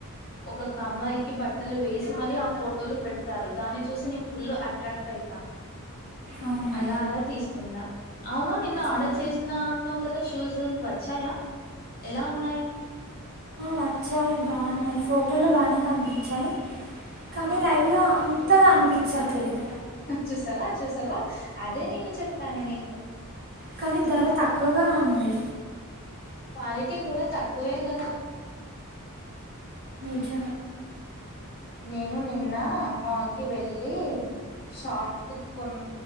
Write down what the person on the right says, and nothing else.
అవునా
అవును.
నచ్చయి బాగున్నాయి ఫోటోలో బానే కనిపించాయి కానీ లైవ్లో అంతా అనిపించట్లేదు
కానీ ధర తక్కువగా ఉంది
పచ్చ